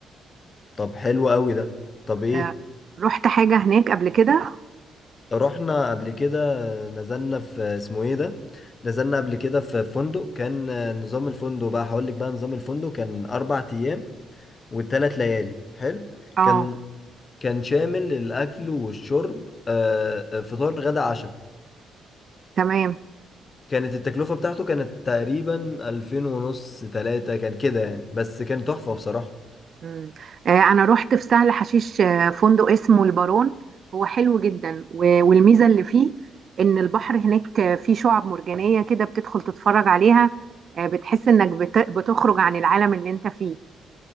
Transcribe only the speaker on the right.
آه، رحت حاجة هناك قبل كده
اه
تمام
مم. آه، انا رحت في سهل حشيش آه، فندق اسمه البارون هو حلو جدا و- والميزه اللي فيه ان البحر هناك آه، فيه شعاب مرجانيه كده بتدخل تتفرج عليها آه، بتحس انك بت- بتخرج عن العالم اللي انت فيه